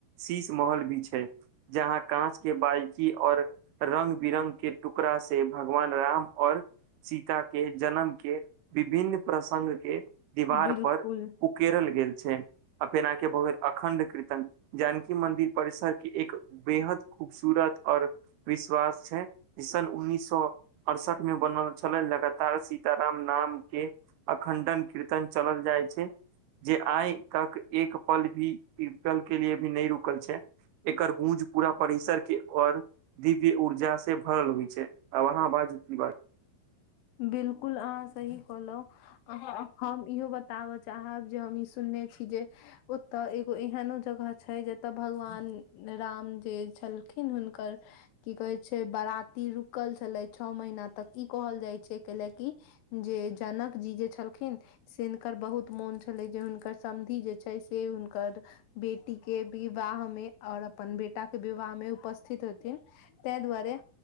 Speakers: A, on the right; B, on the left.
A: शीश महल भी छै जहाँ काँच केँ बारिकी आओर रंग बिरंग के टुकड़ा से भगवान राम आओर सीता केँ जन्म केँ विभिन्न प्रसंग केँ दीवार
B: बिल्कुल
A: पर उकेरल गेल छै आब जेना के भऽ गेल अखण्ड कीर्तन जानकी मन्दिर परिसर केँ एक बेहद खूबसूरत आओर विश्वास छै जे सन उन्नीस सौ अड़सठ मे बनल छलै लगातार सीताराम नाम केँ अखंडन कीर्तन चलल जाइ छै जे आइ तक एक पल भी विकल्प के लिए भी नहि रुकल छै एकर गूँज पूरा परिसर केँ आओर दीप ई ऊर्जा से भरल होइ छै आब अहाँ बाजू की बाज
B: बिलकुल अहाँ सही कहलौं अहाँ आब हम इहो बताबय चाहब जे हम ई सुनने छी जे ओतय एगो एहनो जगह छै जतय भगवान राम जे छलखिन हुनकर की कहै छै बराती रूकल छलै छौ महीना तक ई कहल जाइ छै कैले की जे जनक जी जे छलखिन से हिनकर बहुत मोन छलै जे हुनकर समधि जे छै से हुनकर बेटी केँ विवाह मे आओर अपन बेटा केँ विवाह मे उपस्थित हेथिन तैँ दुआरे